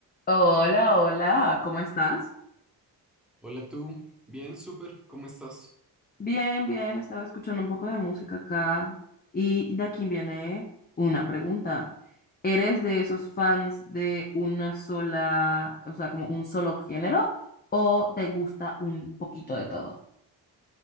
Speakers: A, on the left (about 20°); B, in the centre.
A: Hola, hola, ¿cómo estás?
B: Hola tú, bien, súper, ¿cómo estás?
A: Bien, bien, estaba escuchando un poco de música acá y de aquí viene una pregunta. ¿Eres de esos fans de una sola, o sea, como un solo género o te gusta un poquito de todo?